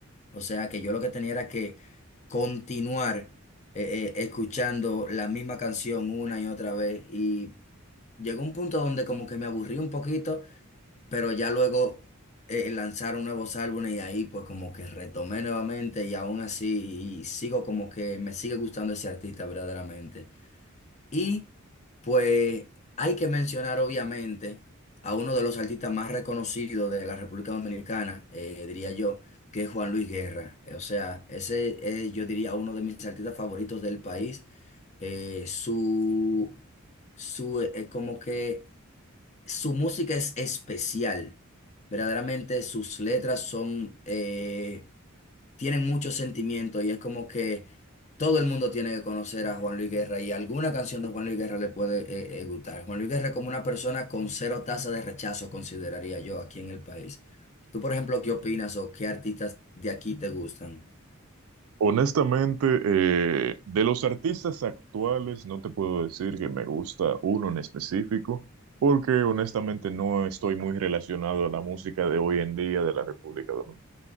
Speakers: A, on the left; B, on the right.
A: O sea que yo lo que tenía era que continuar eh, eh, escuchando la misma canción una y otra vez. Y llegó un punto donde como que me aburrí un poquito, pero ya luego eh, lanzaron nuevos álbumes y ahí pues como que retomé nuevamente y aún así y sigo como que me sigue gustando ese artista verdaderamente. Y pues hay que mencionar obviamente a uno de los artistas más reconocidos de la República Dominicana, eh, diría yo, que es Juan Luis Guerra. Eh, O sea, ese es, yo diría, uno de mis artistas favoritos del país. Eh, su, su, eh, como que su música es especial. Verdaderamente sus letras son... eh, tienen mucho sentimiento y es como que todo el mundo tiene que conocer a Juan Luis Guerra y alguna canción de Juan Luis Guerra le puede eh, eh, gustar. Juan Luis Guerra es como una persona con cero tasa de rechazo, consideraría yo, aquí en el país. Tú, por ejemplo, ¿qué opinas o qué artistas de aquí te gustan?
B: Honestamente, eh, de los artistas actuales, no te puedo decir que me gusta uno en específico, porque honestamente no estoy muy relacionado a la música de hoy en día de la República Dominicana.